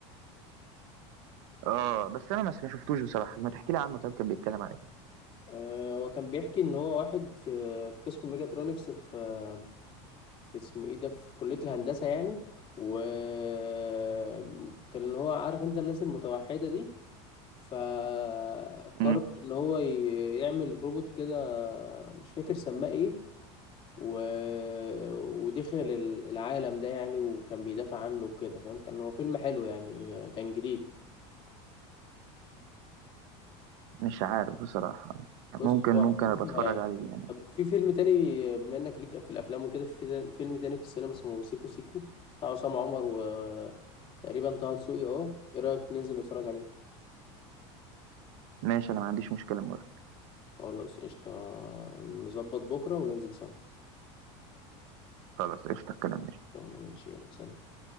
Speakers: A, on the right; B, on the left.
A: آه بس أنا مس- ما شفتوش بصراحة ما تحكي لي عنه طيب كان بيتكلم على إيه
B: آه، وكان بيحكي ان هو واحد في في قسم ميجاترونكس في آه، في اسمه ايه ده في كلية الهندسة يعني وكان اللي هو عارف انت الناس المتوحدة دي فقرر
A: مم،
B: ان هو ي- يعمل روبوت كده مش فاكر سماه ايه و... ودخل ال- العالم ده يعني وكان بيدافع عنه وكده فاهم كان هو فيلم حلو يعني كان جديد
A: مش عارف بصراحة
B: بص
A: ممكن
B: هو
A: ممكن أبقى
B: شوفها
A: أتفرج
B: يعني
A: عليه يعني
B: طب في فيلم تاني بما انك ليك في الافلام وكده في فيلم تاني في السينما اسمه سيكو سيكو بتاع عصام عمر وتقريبا طه دسوقي اه ايه رايك ننزل نتفرج عليه
A: ماشي أنا ما عنديش مشكلة موافق
B: خلاص قشطة نظبط بكرة وننزل سوا
A: خلاص قشطة الكلام ماشي
B: خلصانة، ماشي يلا سلام